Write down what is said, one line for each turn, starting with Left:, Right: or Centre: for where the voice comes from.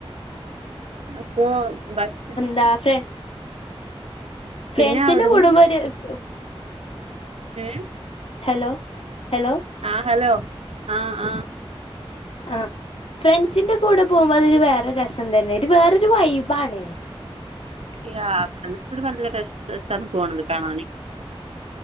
Right: അപ്പോ ബസ്സി
Left: ദാ ഫ്രേ
Right: പിന്നെ
Left: ഫ്രണ്ട്സിന്റെ
Right: അവിടുന്ന്
Left: കൂടെ <unintelligible>
Right: ഏയ്
Left: ഹലോ ഹലോ
Right: ആഹ് ഹലോ ആഹ് ആഹ്
Left: ആഹ് ഫ്രണ്ട്സിന്റെ കൂടെ പോമ്പോ അതൊരു വേറെ രസം തന്നെ ഇത് വേറൊരു വൈബാണ്
Right: ഇല്ല <unintelligible> സ്ഥല പോണത് കാണാന്